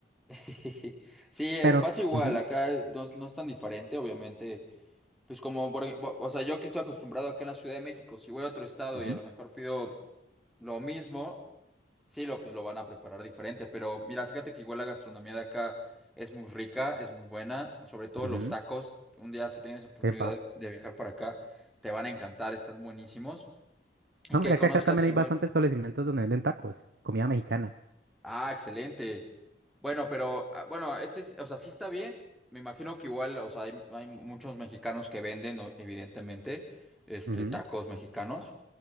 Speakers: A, in the centre; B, on the right.
A: <laughs> Sí, y
B: Pero,
A: pasa igual,
B: ujú,
A: acá no, es no es tan diferente, obviamente, pues como, por ej- o sea, yo que estoy acostumbrado acá en la Ciudad de México, si voy a otro estado
B: Ujú.
A: y a lo mejor pido lo mismo, sí, lo, pues lo van a preparar diferente, pero mira, fíjate que igual la gastronomía de acá es muy rica, es muy buena, sobre todo
B: ujú,
A: los tacos, un día si tienes oportunidad
B: epa.
A: de, de viajar para acá, te van a encantar, están buenísimos, y
B: No,
A: que
B: mira
A: conozcas
B: que acá también
A: igual.
B: hay bastantes establecimientos donde venden tacos, comida mexicana.
A: Ah, excelente. Bueno, pero ah, bueno, ese, es- o sea, sí está bien. Me imagino que igual, o sea, hay, hay muchos mexicanos que venden, o- evidentemente, este,
B: Ujú.
A: tacos mexicanos.